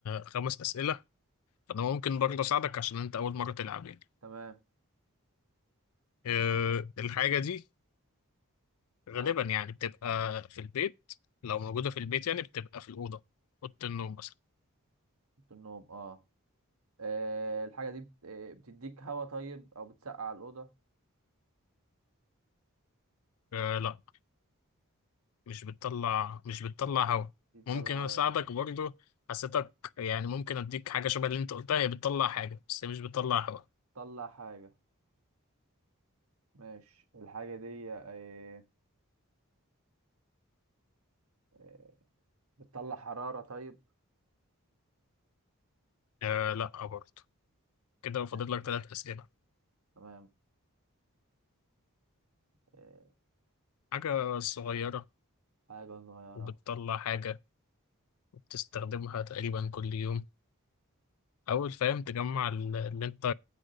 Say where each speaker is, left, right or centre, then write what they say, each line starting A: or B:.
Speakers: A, on the left; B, on the right.
A: خمس اسئلة فانا ممكن برضه اساعدك عشان انت اول مرة تلعب يعني
B: تمام
A: أه الحاجة دي غالبا
B: آه.
A: يعني بتبقى في البيت لو موجودة في البيت يعني بتبقى في الأوضة أوضة النوم مثلا
B: في النوم اه آه، الحاجة دي بت- آه، بتديك هوا طيب او بتسقع الأوضة
A: أه لا مش بتطلع مش بتطلع هوا
B: دي بتطلع
A: ممكن اساعدك
B: هوا يعني
A: برضو حسيتك يعني ممكن اديك حاجه شبه اللي انت قلتها هي بتطلع حاجه بس هي مش بتطلع هوا
B: بتطلع حاجة ماشي الحاجة دي آه، آه، بتطلع حرارة طيب
A: آه لا برضو كده فاضل
B: ماشي
A: لك ثلاث اسئله
B: تمام آه،
A: حاجه صغيره
B: حاجة صغيرة
A: وبتطلع حاجه وبتستخدمها تقريبا كل يوم اول فاهم تجمع ال- اللي انت